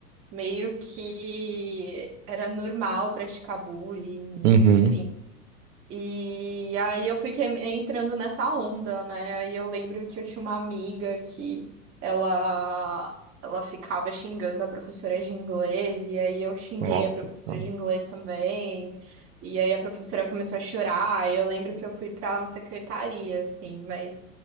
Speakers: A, on the right; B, on the right.
A: meio que era normal praticar bullying,
B: Uhum.
A: enfim. E aí eu fui que- entrando nessa onda, né? Aí eu lembro que eu tinha uma amiga que ela ela ficava xingando a professora de inglês, e aí eu xinguei
B: Nossa.
A: a professora
B: tá.
A: de inglês também. E aí a professora começou a chorar. Eu lembro que eu fui pra secretaria, assim, mas